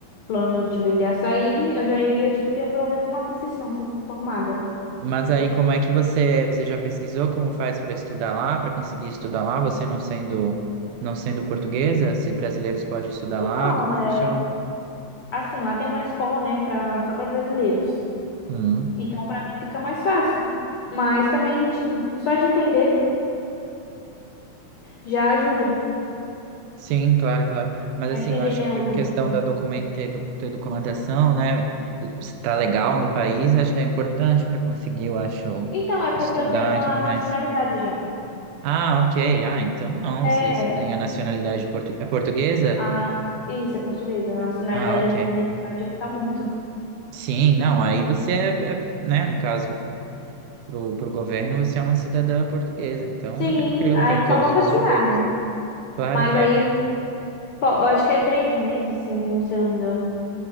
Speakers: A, on the left (about 70°); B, on the right (about 85°).
A: plano de vender açaí, eu já iria, tipo, ter pelo menos uma profissão, ser formada.
B: Mas aí, como é que você, você já pesquisou como faz para estudar lá, para conseguir estudar lá, você não sendo, não sendo portuguesa, se brasileiros podem estudar
A: Então,
B: lá, como
A: é,
B: funciona?
A: assim, lá tem uma escola, né, pra, só para brasileiros.
B: Hum.
A: Então, pra mim fica mais fácil. Mas também a gente, só de entender, já ajuda.
B: Sim, claro, claro. Mas
A: Pra
B: assim,
A: entender,
B: eu acho
A: né,
B: que
A: o
B: a questão
A: idioma.
B: da document... ter do- ter documentação, né, estar legal no país acho- é importante para conseguir, eu acho,
A: Então, é porque
B: estudar
A: eu tenho a
B: e tudo mais.
A: nacionalidade já.
B: Ah, ok. Ah, então não,
A: É.
B: se você tem a nacionalidade portu... é portuguesa?
A: Ana... Isso, é portuguesa. A nacionalidade
B: Ah, ok.
A: né, adianta muito.
B: Sim, não, aí você é, é, né, no caso para o governo, você é uma cidadã portuguesa, então
A: Sim,
B: é tranquilo,
A: aí
B: tem
A: só
B: todos
A: falta
B: os
A: tirar,
B: direitos.
A: né?
B: Claro,
A: Mas
B: claro.
A: aí, pô, eu acho que é três meses, se não se eu não me engano.